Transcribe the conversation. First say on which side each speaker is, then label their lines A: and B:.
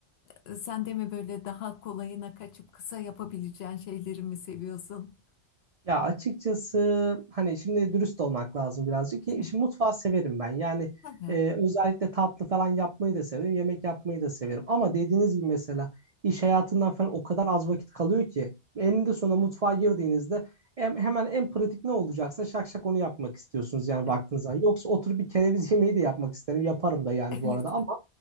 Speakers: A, on the left; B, on the right.
A: e, sen de mi böyle daha kolayına kaçıp kısa yapabileceğin şeyleri mi seviyorsun?
B: Ya açıkçası hani şimdi dürüst olmak lazım birazcık. Ye-
A: Evet.
B: Şimdi mutfağı severim ben. Yani
A: Evet.
B: e, özellikle tatlı falan yapmayı da severim. Yemek yapmayı da severim. Ama dediğiniz gibi mesela iş hayatından falan o kadar az vakit kalıyor ki. Eninde sonunda mutfağa girdiğinizde hem, hemen en pratik ne olacaksa şak şak onu yapmak istiyorsunuz yani
A: Evet.
B: baktığınız zaman. Yoksa oturup bir kereviz yemeği de yapmak isterim. Yaparım da yani
A: <laughs>
B: bu
A: Evet.
B: arada ama